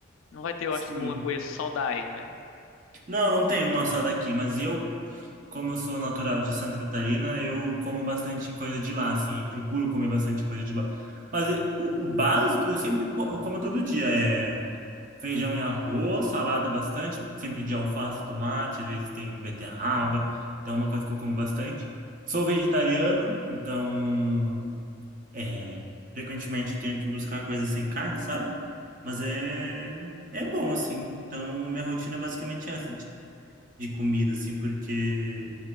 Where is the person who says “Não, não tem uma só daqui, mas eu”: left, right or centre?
Right